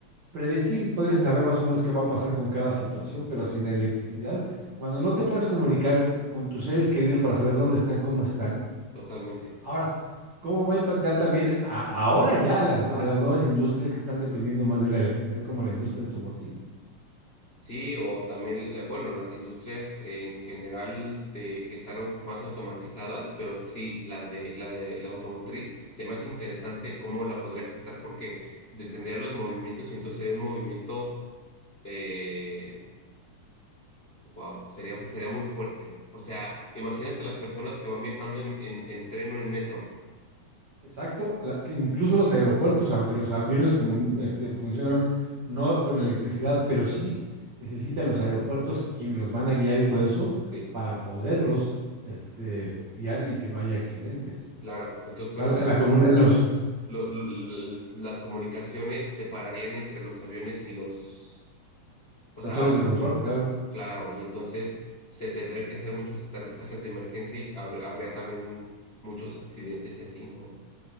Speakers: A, on the right (about 45°); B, on the left (about 60°).
A: predecir, puedes saber más o menos qué va a pasar con cada situación, pero sin la electricidad, cuando no te puedes comunicar con tus seres queridos para saber dónde están, cómo están,
B: totalmente.
A: Ahora, ¿cómo va a impactar también a- ahora ya a las, a las nuevas industrias que están dependiendo más de la electricidad, como la industria automotriz?
B: Sí, o también, la- bueno, las industrias eh, en general de que están au- más automatizadas, pero sí, la de la de la automotriz se me hace interesante cómo la podría afectar porque detendría los movimientos y entonces sería un movimiento, eh, wow, sería sería muy fuerte. O sea, imagínate las personas que van viajando en, en, en tren o en metro.
A: Exacto, la- incluso los aeropuertos, aunque los aviones comun- este, funcionan no con electricidad, pero sí necesitan los aeropuertos quienes los van a guiar y todo eso
B: Sí,
A: para poderlos este, guiar y que no haya accidentes.
B: claro. Entonces,
A: O
B: pero
A: sea, la,
B: se-
A: la comuna- los,
B: lo- lo- las comunicaciones se pararían entre los aviones y los, o
A: las
B: sea.
A: torres de control, claro.
B: Claro, y entonces se tendrían que hacer muchos aterrizajes de emergencia y hab- habría también muchos accidentes y así, ¿no?